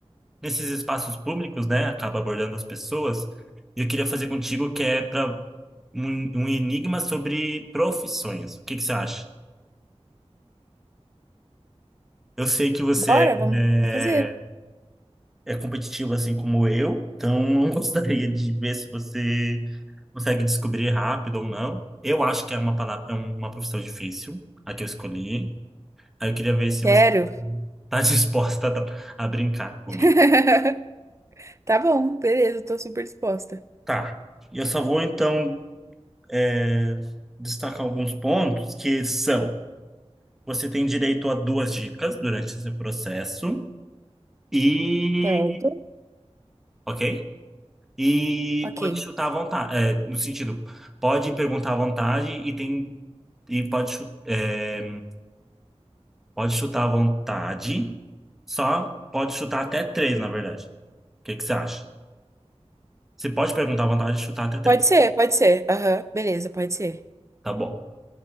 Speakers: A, in the centre; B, on the right.
A: nesses espaços públicos, né? Acaba abordando as pessoas. E eu queria fazer contigo que é para um, um enigma sobre profissões. O que que você acha? Eu sei que você
B: Bora, vamos
A: é,
B: fazer.
A: é é competitivo assim como eu, então <laughs> eu gostaria de ver se você consegue descobrir rápido ou não. Eu acho que é uma palavra, é uma profissão difícil, a que eu escolhi. Aí eu queria ver se
B: Sério.
A: você <laughs> tá disposta a, a brincar comigo.
B: <laughs> Tá bom, beleza, tô super disposta.
A: Tá. E Eu só vou, então, é, destacar alguns pontos que são: você tem direito a duas dicas durante esse processo, e.
B: Certo.
A: Ok? E
B: Ok.
A: pode chutar à vontade. é, no sentido, pode perguntar à vontade e tem. E pode, chu- é, pode chutar à vontade, só pode chutar até três, na verdade. O que que você acha? Você pode perguntar à vontade e chutar até três.
B: Pode ser, pode ser. Aham, beleza, pode ser.
A: Tá bom.